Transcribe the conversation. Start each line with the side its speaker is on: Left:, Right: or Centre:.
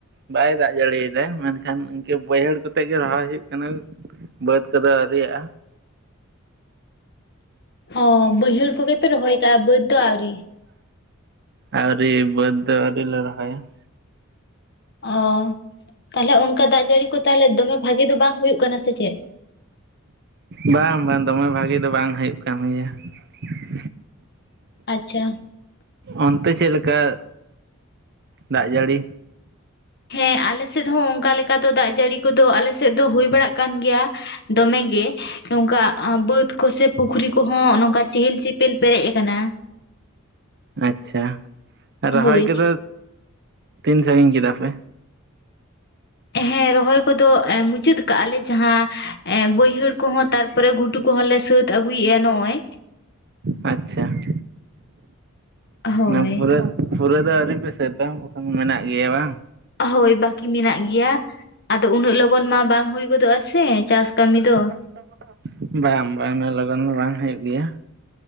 Right: ᱵᱟᱭ ᱫᱟᱜ ᱡᱟᱹᱲᱤᱭᱟᱮᱫᱟ ᱢᱮᱱᱠᱷᱟᱱ ᱤᱱᱠᱟᱹ ᱵᱟᱹᱭᱦᱟᱹᱲ ᱠᱚ ᱠᱟᱛᱮᱜ ᱜᱮ ᱨᱚᱦᱚᱭ ᱦᱩᱭᱩᱜ ᱠᱟᱱᱟ ᱾ ᱵᱟᱹᱫᱽ ᱠᱚᱫᱚ ᱟᱣᱨᱤᱟᱜᱼᱟ ᱾
Left: ᱚ ᱵᱟᱹᱭᱦᱟᱹᱲ ᱠᱚ ᱜᱮᱯᱮ ᱨᱚᱦᱚᱭᱠᱟ ᱵᱟᱹᱫ ᱚ ᱟᱣᱨᱤ?
Right: ᱟᱹᱣᱨᱤ ᱵᱟᱹᱫ ᱫᱚ ᱟᱣᱨᱤ ᱞᱮ ᱨᱚᱦᱚᱭᱼᱟ ᱾
Left: ᱚ ᱛᱟᱦᱚᱞᱮ ᱚᱱᱠᱟ ᱫᱟᱜ ᱡᱟᱹᱲᱤ ᱠᱚ ᱛᱟᱦᱚᱞᱮ ᱫᱚᱢᱮ ᱵᱷᱟᱜᱤ ᱫᱚ ᱵᱟᱝ ᱦᱩᱭᱩᱜ ᱠᱟᱱᱟ ᱥᱮ ᱪᱮᱫ?
Right: ᱵᱟᱝ ᱵᱟᱝ ᱫᱚᱢᱮ ᱵᱷᱟᱹᱜᱤ ᱫᱚ ᱵᱟᱝ ᱦᱩᱭᱩᱜ ᱠᱟᱱ ᱜᱮᱭᱟ ᱾
Left: ᱟᱪᱪᱷᱟ ᱾
Right: ᱚᱱᱛᱮ ᱪᱮᱜ ᱞᱮᱠᱟ ᱫᱟᱜ ᱡᱟᱹᱲᱤ?
Left: ᱦᱮᱸ ᱟᱞᱮᱥᱮᱫ ᱦᱚᱸ ᱚᱸ ᱚᱱᱠᱟ ᱞᱮᱠᱟ ᱫᱟᱜ ᱡᱟᱹᱲᱤ ᱠᱚᱫᱚ ᱟᱞᱮ ᱥᱮᱜ ᱫᱚ ᱦᱩᱭ ᱵᱟᱲᱟᱜ ᱠᱟᱱ ᱜᱮᱭᱟ ᱫᱚᱢᱮ ᱜᱮ᱾ ᱱᱚᱝᱠᱟ ᱵᱟᱹᱫᱽ ᱠᱚᱥᱮ ᱯᱩᱠᱷᱨᱤ ᱠᱚᱦᱚᱸ ᱱᱚᱝᱠᱟ ᱪᱮᱦᱮᱞ-ᱪᱮᱯᱮᱞ ᱯᱮᱨᱮᱜ ᱟᱠᱟᱱᱟ᱾
Right: ᱟᱪᱪᱷᱟ ᱨᱚᱦᱚᱭ
Left: ᱦᱳᱭ
Right: ᱠᱚᱫᱚ ᱛᱤᱱ ᱥᱟᱺᱜᱤᱧ ᱠᱮᱫᱟ ᱯᱮ?
Left: ᱦᱮ ᱨᱚᱦᱚᱭ ᱠᱚᱫᱚ ᱢᱩᱪᱟᱹᱫ ᱟᱠᱟᱜ ᱟᱞᱮ ᱡᱟᱦᱟᱸ ᱮ ᱵᱟᱹᱭᱦᱟᱹᱲ ᱠᱚᱸᱦᱚᱸ ᱛᱟᱨᱯᱚᱨᱮ ᱜᱷᱩᱴᱩ ᱠᱚᱦᱚᱸ ᱞᱮ ᱥᱟᱹᱛ ᱟᱹᱜᱩᱭᱮᱼᱟ ᱱᱚᱜᱼᱚᱭ
Right: ᱟᱪᱪᱷᱟ ᱾
Left: ᱦᱳᱭ
Right: ᱢᱟᱱᱮ ᱯᱩᱨᱟᱹ ᱯᱩᱨᱟᱹ ᱫᱚ ᱟᱹᱣᱨᱤᱯᱮ ᱥᱟᱹᱛᱟ ᱵᱟᱝᱠᱷᱟᱱ ᱢᱮᱱᱟᱜ ᱜᱮᱭᱟ ᱵᱟᱝ?
Left: ᱦᱳᱭ ᱵᱟᱹᱠᱤ ᱢᱮᱱᱟᱜ ᱜᱮᱭᱟ, ᱟᱫᱚ ᱩᱱᱟᱹᱜ ᱞᱚᱜᱚᱱ ᱢᱟ ᱵᱟᱝ ᱦᱩᱭ ᱜᱚᱫᱚᱜ ᱟ ᱥᱮ ᱪᱟᱥ ᱠᱟᱹᱢᱤ ᱫᱚ ᱾
Right: <inaudible> ᱵᱟᱝ-ᱵᱟᱝ ᱩᱱᱟᱹᱜ ᱞᱚᱜᱚᱱ ᱫᱚ ᱵᱟᱝ ᱦᱩᱭᱩᱜ ᱜᱮᱭᱟ᱾